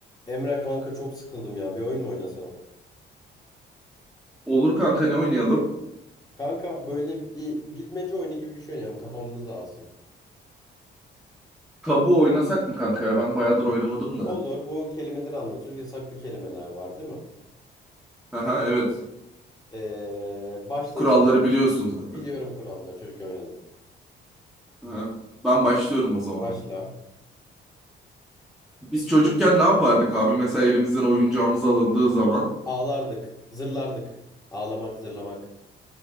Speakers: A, on the left; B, in the centre.
A: Emre kanka çok sıkıldım ya. Bir oyun mu oynasak?
B: Olur kanka ne oynayalım?
A: Kanka böyle bir bilmece oyunu gibi bir şey oynayalım. Kafamız dağılsın.
B: Tabu oynasak mı kanka ya? Ben bayağıdır oynamadım da.
A: Olur. Bu kelimeleri anlatıyoruz. Yasaklı kelimeler var değil mi?
B: Aha, evet.
A: Ee, başla
B: Kuralları
A: ister.
B: biliyorsun zaten.
A: Biliyorum kuralları. Çocukken oynadım.
B: Aha. Ben başlıyorum o zaman.
A: Başla.
B: Biz çocukken ne yapardık abi? Mesela elimizden oyuncağımız alındığı zaman.
A: Ağlardık. Zırlardık. Ağlamak, zırlamak.